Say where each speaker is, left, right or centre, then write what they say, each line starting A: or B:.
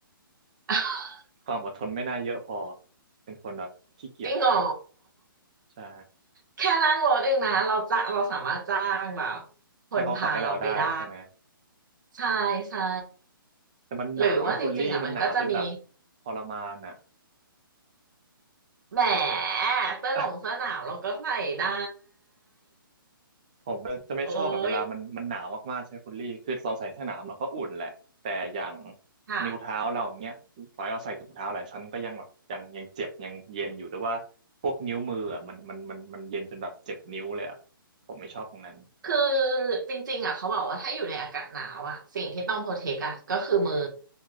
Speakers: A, on the right (about 55°); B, on the right (about 20°).
A: <laughs>
B: <laughs> ความอดทนไม่น่าเยอะพอเป็นคนแบบขี้เกียจ
A: จริงเหรอ
B: ใช่
A: แค่นั่งรถเองนะเราจะเราสามารถจ้างแบบคนพาเราไปได้
B: ให้เขาขับให้เราได้ใช่ไหม
A: ใช่ใช่
B: แต่มันหนาวนะคุณลี่มันหนาวจนแบบ
A: หรือว่าจริงๆอ่ะมันก็จะมี
B: ทรมานอ่ะ
A: แหมเสื้อหนงเสื้อหนาวเราก็ใส่ได้
B: <laughs> ผมจะไม่ชอบแบบเวลามันมันหนาวมากๆใช่ไหมคุณลี่คือเราใส่เสื้อหนาวมันก็อุ่นแหละแต่อย่าง
A: โอ้ยค่ะ
B: นิ้วเท้าเราอย่างเงี้ยต่อให้เราใส่ถุงเท้าหลายชั้นก็ยังแบบยังยังเจ็บยังเย็นอยู่หรือว่าพวกนิ้วมืออ่ะมันมันมันมันเย็นจนแบบเจ็บนิ้วเลยอะผมไม่ชอบตรงนั้น
A: คือจริงๆอ่ะเขาบอกว่าถ้าอยู่ในอากาศหนาวอ่ะสิ่งที่ต้องโปรเทคอ่ะก็คือมือ